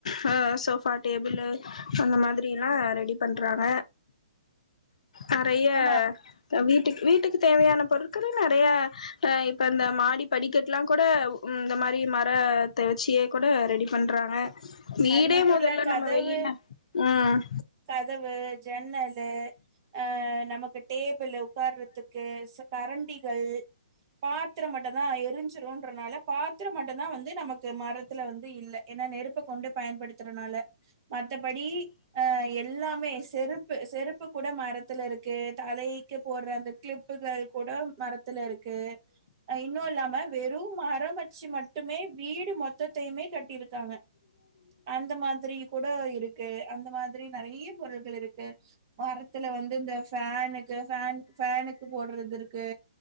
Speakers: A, on the left (about 65°); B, on the right (about 40°).
A: ஹ சோஃபா டேபிள் அந்த மாதிரிலா ரெடி பண்றாங்க நெறைய
B: ஆமா
A: இப்போ வீட்டுக்கு வீட்டுக்கு தேவையான பொருட்கள நெறையா இப்போ இந்த மாடி படிக்கட்லா கூட உ இந்த மாரி மர த வச்சே கூட ரெடி பண்றாங்க வீடே
B: அது மட்டு
A: முதல்ல
B: இல்ல கதவு
A: நம்ம வெளின உம்
B: கதவு ஜன்னலு அஹ் நமக்கு டேபிள் உ்ககார்றதுக்கு கரண்டிகள் பாத்திர மட்டதா எரிஞ்சிருன்றனால பாத்திரம் மட்டுதா வந்து நமக்கு மரத்துல வந்து இல் ஏன்னா நெருப்ப கொண்டு பயன்படுத்துறனால மத்தபடி ஆ எல்லாமே செருப்பு செருப்பு கூட மரத்துல இருக்கு தலை போடுற அந்த கிளிப்புகள் கூட மரத்துல இருக்கு அ இன்னு இல்லாம வெறு மரம் வச்சு மட்டுமே வீ வீடு மொத்தையுமே கட்டிரு காங்க அந்த மாதிரி கூட இருக் து அந்த மா திரி நெறைய பொருட்கள் இருக்கு மரத்துல வந்து இந்த ஃபேனுக்கு ஃபேன் ஃபேன்னுக்கு போடுறது இருக்கு